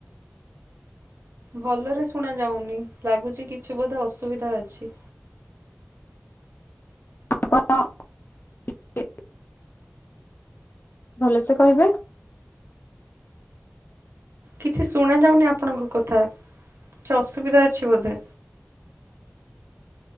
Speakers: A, on the right; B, on the left.
A: ଭଲରେ ଶୁଣା ଯାଉନି ଲାଗୁଚି କିଛି ବୋଧେ ଅସୁବିଧା ଅଛି।
B: ଆପଣ ଟିକେ ଭଲସେ କହିବେ।
A: କିଛି ଶୁଣାଯାଉନି ଆପଣଙ୍କ କଥା କିଛି ଅସୁବିଧା ଅଛି ବୋଧେ?